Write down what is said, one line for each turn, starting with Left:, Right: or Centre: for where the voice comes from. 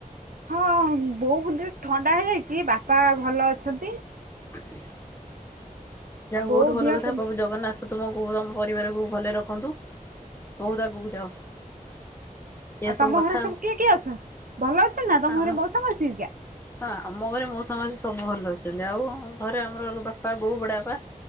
Right: ହଁ ବୋଉ କୁ ଟି ଥଣ୍ଡା ହେଇଯାଇଚି ବାପା ଭଲ ଅଛନ୍ତି।
Left: ଯାହା
Right: ଆଉ ବୋଉ
Left: ହଉ ବହୁତ ଭଲ
Right: ଦିହ
Left: କଥା
Right: ସେମିତି
Left: ପ୍ରଭୁ ଜଗନ୍ନାଥ ତୁମକୁ ତୁମ ପରିବାରକୁ ଭଲରେ ରଖନ୍ତୁ ବହୁତ ଆଗକୁ ଯାଅ। ଏଇଆ
Right: ଆଉ ତମ
Left: କଥା
Right: ଘରେ ସବୁ
Left: ଆଉ
Right: କିଏ କିଏ ଅଛ ଭଲ ଅଛନ୍ତି ନା ତମ
Left: ଆମ
Right: ଘରେ ମଉସା ମାଉସୀ ହେରିକା?
Left: ହଁ ଆମ ଘରେ ମଉସା ମାଉସୀ ସବୁ ଭଲ ଅଛନ୍ତି ଆଉ ଘରେ ଆମର ବାପା ବୋଉ ବଡ ବାପା।